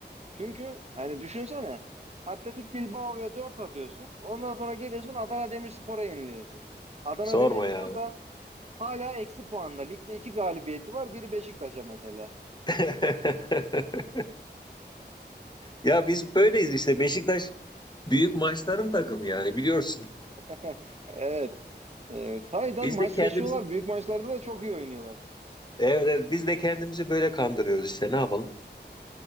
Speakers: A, on the right; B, on the left.
A: Çünkü hani düşünsene Atletik Bilbao'ya 4 atıyorsun. Ondan sonra geliyorsun Adana Demirspor'a yeniliyorsun. Adana
B: Sorma
A: Demirspor
B: ya.
A: da hala eksi puanda. Ligde 2 galibiyeti var. Biri Beşiktaş'a mesela.
B: <laughs> Ya biz böyleyiz işte. Beşiktaş büyük maçların takımı yani biliyorsun.
A: <laughs> Evet. E, sahiden
B: Biz
A: maç
B: de kendimizi
A: seçiyorlar. Büyük maçlarda da çok iyi oynuyorlar.
B: evet, evet, biz de kendimizi böyle kandırıyoruz işte ne yapalım.